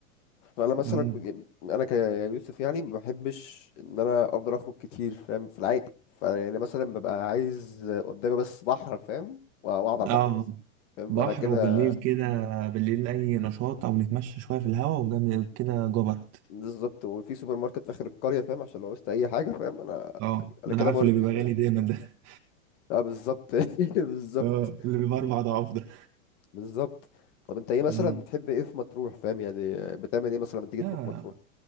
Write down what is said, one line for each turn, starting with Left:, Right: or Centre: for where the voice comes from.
Left: فانا مثلا
Right: مم.
Left: كنت- انا كيوسف يعني ما بحبش ان انا افضل اخرج كتير فاهم في العادي فيعني مثلا ببقى عايز قدامي بس بحر فاهم واقعد على
Right: اه
Left: البحر بس فاهم
Right: بحر
Left: انا كده
Right: وبالليل كده بالليل أي نشاط أو نتمشى شوية في الهواء وجنب كده جبرت
Left: بالظبط وفي سوبر ماركت في اخر القريه فاهم عشان لو عوزت اي حاجه فاهم انا
Right: اه
Left: انا كده
Right: أنا عارفه
Left: مرضي
Right: اللي بيبقى
Left: فاهم
Right: غالي دايما ده <laughs>
Left: اه بالظبط <laughs> بالظبط
Right: اه اللي بيبقى أربع أضعاف ده
Left: بالظبط طب انت ايه مثلا
Right: مم.
Left: بتحب ايه في مطروح فاهم يعني بتعمل ايه مثلا لما تيجي
Right: لا
Left: تروح مطروح